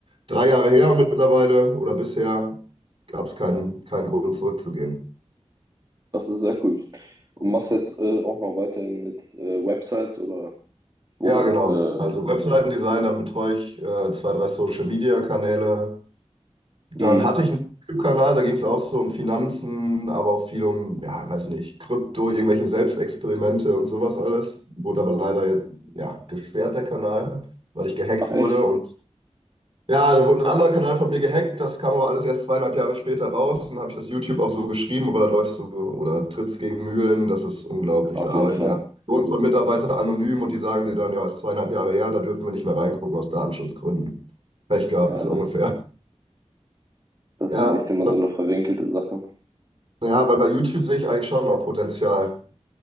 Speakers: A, on the right (about 55°); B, on the right (about 35°).
A: drei Jahre her mittlerweile oder bisher gab es keinen, keinen Grund zurückzugehen.
B: Das ist sehr cool. Und machst jetzt äh, auch noch weiterhin mit äh, Websites oder Bochum,
A: Ja, genau.
B: äh,
A: Also Webseitendesign, dann betreue ich äh, zwei, drei Social-Media-Kanäle. Dann
B: mh.
A: hatte ich einen YouTube-Kanal, da ging es auch so um Finanzen, aber auch viel um, ja, weiß nicht, Krypto, irgendwelche Selbstexperimente und sowas alles. Wurde aber leider, ja, gesperrt, der Kanal, weil ich gehackt
B: Ach echt?
A: wurde. Und ja, dann wurde ein anderer Kanal von mir gehackt, das kam aber alles erst zweieinhalb Jahre später raus. Und dann habe ich das YouTube auch so geschrieben, aber da läufst du oder trittst gegen Mühlen, das ist unglaublich.
B: Auf
A: Da arbeiten
B: jeden Fall.
A: ja Millionen von Mitarbeitern anonym und die sagen dir dann, ja, ist zweieinhalb Jahre her, da dürfen wir nicht mehr reingucken aus Datenschutzgründen. Pech gehabt,
B: Ja,
A: so
B: das,
A: ungefähr.
B: das
A: Ja.
B: ist echt immer so eine verwinkelte Sache.
A: Ja, weil bei YouTube sehe ich eigentlich schon noch Potenzial,